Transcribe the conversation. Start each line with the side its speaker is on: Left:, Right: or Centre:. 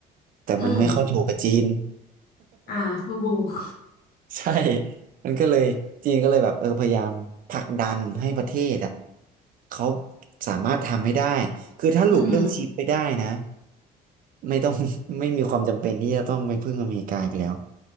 Right: แต่มันไม่ค่อยถูกกับจีน
Left: อืมอ่าถูก
Right: <laughs> ใช่มันก็เลยจีนก็เลยแบบเออพยายามผลักดันให้ประเทศอะเขาสามารถทำให้ได้คือถ้าหลุดเรื่องชิปไปได้นะ
Left: อืม
Right: ไม่ต้อง <laughs> ไม่มีความจำเป็นที่จะต้องไปพึ่งอเมริกาอีกแล้ว